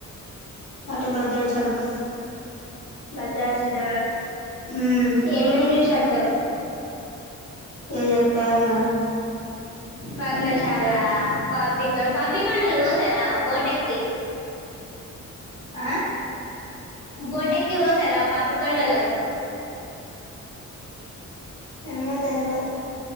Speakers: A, on the left; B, on the left.
A: అటు భద్రాచలం
B: భద్రాచల
A: ఉమ్
B: ఏమేం చూసేస్తారు
A: ఇగ జెప్పాలా
B: పర్నశాల పాపిక పాపికండల్ ఓతారా బోటెక్కి <unintelligible>
A: ఆ
B: బోటాక్కి ఓతారా పాపి కొండలాకి
A: ఎమ్మో తెల్వదు